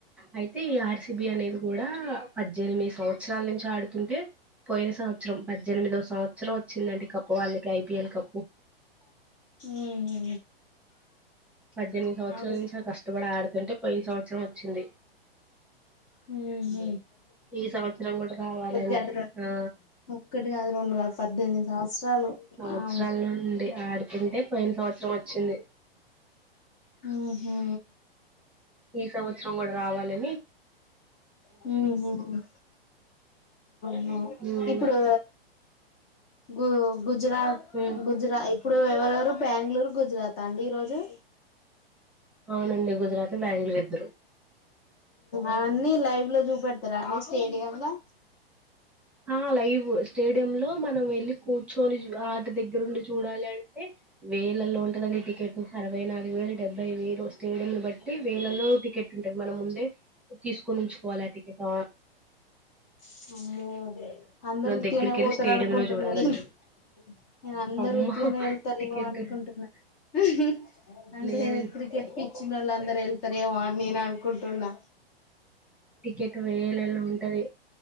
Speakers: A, in the centre; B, on the left (about 35°).
A: అయితే ఈ ఆర్సిబి అనేది కూడా పద్దెనిమిది సంవ వత్సరాల నుంచి ఆడుతుంటే పోయిన సంవత్సరం పద్దెనిమిదో సంవత్సరం వచ్చిందండి కప్పు, వాళ్ళకి ఐపిఎల్ కప్పు.
B: ఉహు
A: పద్దెనిమిది సంవత్సాల
B: అవు
A: నుంచి చాలా కష్టపడ ఆడుతుంటే పోయిన సంవత్సరం వచ్చింది
B: హు హు
A: ఈ సంవత్సరం కూడా రావాలని
B: కాదు రెం
A: ఆ
B: ఒక్కటి కాదు రెండు కాదు పద్దెనిమిది సంవత్సరాలు
A: సంవత్సరాల
B: వామ్మో
A: నుండి ఆడుతుంటే పోయిన సంవత్సరం వచ్చింది.
B: హూ హూ
A: ఈ సంవత్సరం కూడా రావాలి.
B: హూ హూ హ హ ఆ
A: ఉమ్
B: ఇప్పుడు గు గుజరాత్
A: ఉమ్
B: గుజరా ఇప్పుడు ఎవరవరు బెంగళూరు గుజరాత్ అండి ఈరోజు
A: అవునండి గుజరాత్ బెంగళూరు ఇద్దరు
B: అవన్నీ లైవ్ లో చూపెట్ట ఉరాని స్టేడియంమ్ లో
A: ఆ లైవ్ స్టేడియం లో మనం వెల్లి కూర్చొని ఆట దగ్గరుండి చూడాలి అంటే వేరే లో ఉంటదండి టికెట్ అరవై నాలుగు వేలు డెబ్బై వేలు స్టేడియంలు బట్టి వేలలో టికెట్ ఉంటుంది. మన ముందే తీసుకు కు నుంచుకోవాలి అటికెట్
B: <inaudible> అమ్మో అందరు ఉత్తి
A: దగ్గరికి
B: గానే
A: వెళ్ళి
B: పోతారు
A: స్టేడియం
B: అనుకుంటున్నా
A: లో చూడాలంటే
B: న నేను అందరు
A: అమ్మ
B: ఉత్తి గానే వెళ్తారేమో
A: టికెట్
B: అనుకుంటున్నా హ హ అంటే
A: లేదండి
B: క్రికెట్ పిచ్చిన్న వాళ్ళు అందరు వెళ్తారేమో అ నేను అనుకుంటున్నా
A: టికెట్ వేలలో ఉంటది